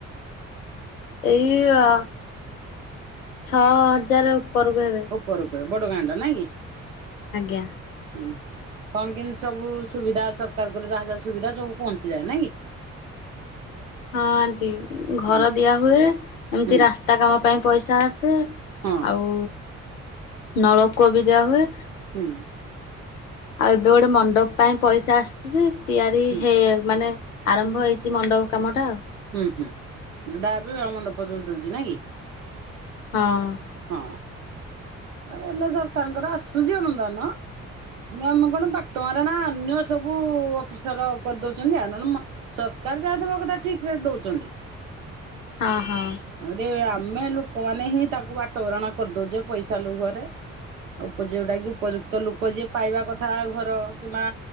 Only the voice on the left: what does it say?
ଏଇ ଅ ଛଅ ହଜାର ଉପରକୁ ହେବେ।
ଆଜ୍ଞା।
ହଁ ଆଣ୍ଟି ଘର
ଦିଆ ହୁଏ ଏମିତି
ରାସ୍ତା କାମ ପାଇଁ ପଇସା ଆସେ।
ଆଉ ନଳକୂଅ ବି ଦିଆ ହୁଏ।
ଆଉ ଏବେ ଗୋଟେ ମଣ୍ଡପ ପାଇଁ ପଇସା ଆସିଛି ଯେ ତିଆରି
ହେଇ ମାନେ ଆରମ୍ଭ ହୋଇଛି ମଣ୍ଡପ କାମଟା ଆଉ।
ହଁ।
ହଁ ହଁ।